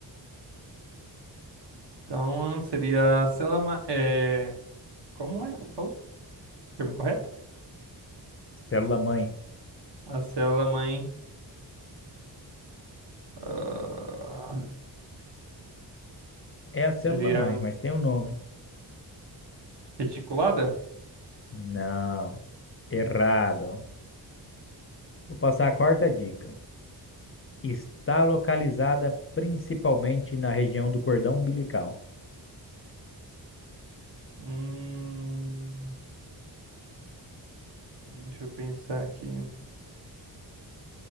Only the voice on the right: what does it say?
Então, seria a célula. ma- É... Como é? Você falou? Termo correto?
A célula mãe. ah,
seria
reticulada?
Hum, deixa eu pensar aqui.